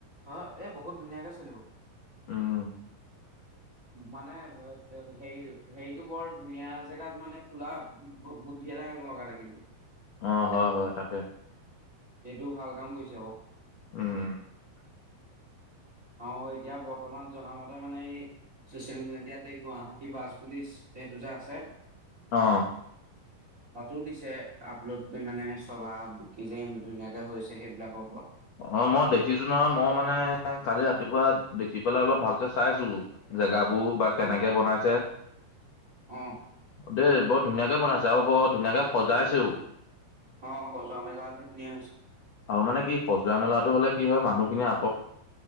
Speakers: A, on the right; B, on the left.
A: অ এ বহুত ধুনীয়াকে চলিব।
B: উম।
A: মানে <unintelligible> হেৰি হেৰিটো বৰ ধুনীয়া জেগাত মানে খোলা বু বুদ্ধি এটা লগালে কিন্তু।
B: অ হয় হয় তাকে।
A: এইটো ভাল কাম কৰিছে ঔ।
B: উম <inaudible>
A: আৰু এতিয়া বৰ্তমান জনামতে মানে এই চচিয়েল মিডিয়াত এই গুৱাহাটী বাছ বুলি এইটো যে আছে
B: অ।
A: তাতো দিছে আপলোড কৰি মানে চলা বিকি যেইম ধুনীয়াকে হৈছে সেইবিলাকৰ ওপৰত।
B: অ মই দেখিছো নহয় মই মানে কালি ৰাতিপুৱা দেখি পেলাই অলপ ভালকে চাইছো জেগা বো বা তেনেকে
A: অ
B: বনাইছে?
A: অ।
B: দেই বৰ ধুনীয়াকে বনাইছে আৰু বৰ ধুনীয়াকে সজাইছেও।
A: অ সজোৱা মেলা ধুনীয়া হৈছে।
B: অ মানে কি সজোৱা মেলাটো হলে কি হয় মানুহখিনিয়ে